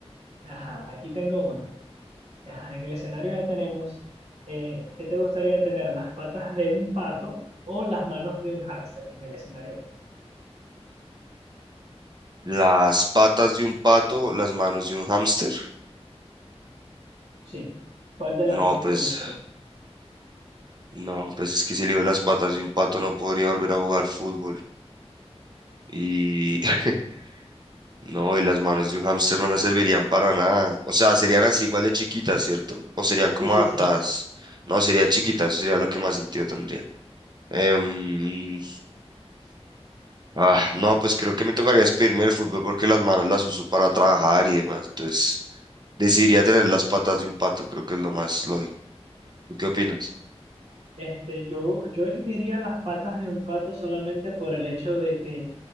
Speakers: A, on the right (about 70°); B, on the right (about 40°).
A: Ajá, aquí tengo una. Ajá, en el escenario ya tenemos, eh, ¿qué te gustaría tener? ¿Las patas de un pato o las manos de un hámster en el escenario hoy?
B: Las patas de un pato, las manos de un hámster.
A: Sí, ¿cuál de las
B: No,
A: dos
B: pues,
A: te gustaría?
B: no, pues es que si le digo las patas de un pato no podría volver a jugar fútbol. Y <laughs> No, y las manos de un hámster no me servirían para nada. O sea, serían así igual de chiquitas, ¿cierto? O serían como
A: Sí, sí,
B: adaptadas.
A: sí.
B: No, serían chiquitas, sería lo que más sentido tendría. Em, ah, no, pues creo que me tocaría expedirme el fútbol porque las manos las uso para trabajar y demás. Entonces, decidiría tener las patas de un pato, creo que es lo más lógico. ¿Tú qué opinas?
A: Este, yo, yo elegiría las patas de un pato solamente por el hecho de que